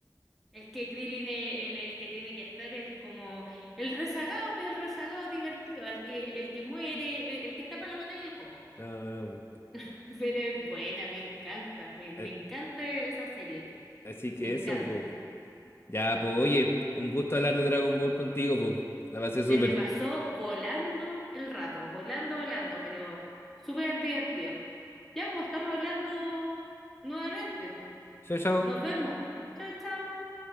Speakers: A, in the centre; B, on the left.
A: Es que Krillin es el, el que tiene que estar es como el rezagado, pero el rezagado divertido, el que, el que muere, el, el que está para la batalla, el combo.
B: No, no, no.
A: <laughs> Pero es buena, me encanta, me, me
B: eh,
A: encanta esa serie,
B: así que
A: me encanta.
B: eso, pues. Ya, pues, oye, un gusto hablar de Dragon Ball contigo, pues. La pasé
A: Se
B: súper.
A: me pasó volando el rato, volando, volando, pero súper divertido. Ya, pues estamos hablando nuevamente, pues.
B: Chao, chao.
A: Nos vemos. Chao, chao.